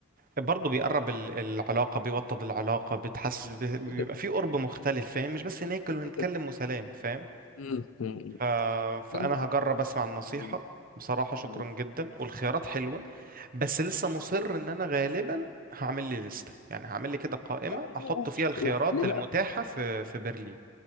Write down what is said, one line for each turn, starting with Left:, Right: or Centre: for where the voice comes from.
Right: برضه بيقرب ال- العلاقة بيوطد العلاقة بتحسس ب- بيبقى
Left: جدا
Right: في قرب مختلف فاهم مش بس ناكل ونتكلم
Left: جدا
Right: وسلام فاهم
Left: امم امم
Right: ف... فانا
Left: أمم.
Right: هجرب اسمع النصيحة
Left: أمم.
Right: بصراحة شكرا
Left: أمم.
Right: جدا والخيارات حلوة بس لسه مصر ان انا غالبا هعمل لي لستة يعني هعمل لي كده قائمة
Left: اه آه،
Right: احط
Left: آه.
Right: فيها الخيارات
Left: و- ليه
Right: المتاحة
Left: لا
Right: في في برلين